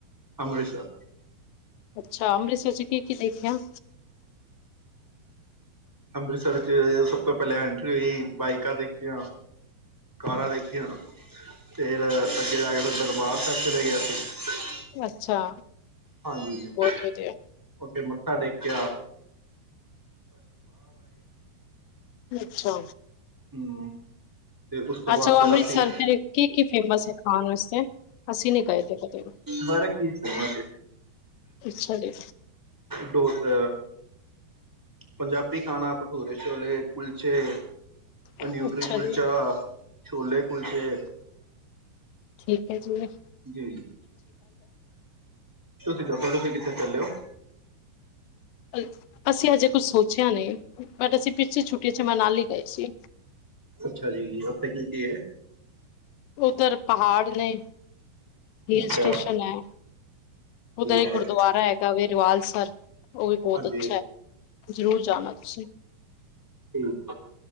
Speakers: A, in the centre; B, on the left.
A: ਅੰਮ੍ਰਿਤਸਰ
B: ਅੱਛਾ, ਅੰਮ੍ਰਿਤਸਰ ਚ ਕੀ ਕੀ ਦੇਖਿਆ?
A: ਅੰਮ੍ਰਿਤਸਰ ਚ ਸਭ ਤੋਂ ਪੈਲੇ ਐਂਟਰੀ ਹੋਈ, ਬਾਈਕਾਂ ਦੇਖੀਆਂ, ਕਾਰਾਂ ਦੇਖੀਆਂ, ਫਿਰ ਅੱਗੇ ਜਾ ਕੇ ਫਿਰ ਦਰਬਾਰ ਸੈਬ ਚਲੇ ਗਿਆ ਸੀ।
B: ਅੱਛਾ।
A: ਹਾਂਜੀ,
B: ਬਹੁਤ ਵਧੀਆ
A: ਉੱਥੇ ਮ ਸਾਡੇ ਕਿਆ
B: ਅੱਛਾ,
A: ਹੂੰ। ਤੇ ਉਸ ਤੋਂ
B: ਅੱਛਾ
A: ਬਾਅਦ
B: ਔ
A: ਫਿਰ
B: ਅੰਮ੍ਰਿਤਸਰ
A: ਅਸੀਂ,
B: ਤੇ ਕੀ-ਕੀ ਫੇਮਸ ਏ ਖਾਣ ਵਾਸਤੇ? ਅਸੀਂ ਨਈ ਗਏ ਦੇ। <unintelligible>
A: ਬਰਕ ਚੀਜ਼ ਫੇਮਸ ਏ।
B: ਅੱਛਾ ਜੀ।
A: ਡੋਸਾ ਪੰਜਾਬੀ ਖਾਣਾ ਭਠੂਰੇ-ਛੋਲੇ, ਕੁਲਚੇ ਅ
B: ਅੱਛਾ
A: ਨਿਊਟਰੀ ਕੁਲਚਾ
B: ਜੀ
A: ਛੋਲੇ ਕੁਲਚੇ
B: ਠੀਕ ਐ ਜੀ ਅ
A: ਜੀ। ਤੁਸੀ ਦੱਸੋ ਤੁਸੀ ਕਿੱਥੇ ਚੱਲੇ ਔ?
B: ਅਛ ਅਸੀ ਹਜੇ ਕੁਛ ਸੋਚਿਆ ਨਈ। ਬਟ ਅਸੀ ਪਿੱਛੇ ਛੁੱ ਟੀ ਚ ਮਨਾਲੀ ਗਏ ਸੀ।
A: ਅੱਛਾ ਜੀ ਉੱਥੇ ਕੀ ਕੀ ਏ?
B: ਉੱਧਰ ਪਹਾੜ ਨੇ, ਹਿਲ
A: ਅੱਛਾ
B: ਸਟੇਸ਼ਨ ਹੈ।
A: ਠੀਕ
B: ਉਧਰ ਇੱਕ ਗੁਰਦੁਆਰਾ
A: ਹੈ
B: ਹੈਗਾ ਵੇ ਰਵਾਲਸਰ ਔ ਵੀ ਬਹੋਤ
A: ਹਾਂਜੀ
B: ਅੱਛਾ ਐ। ਜ਼ਰੂਰ ਜਾਣਾ ਤੁਸੀ।
A: ਠੀਕ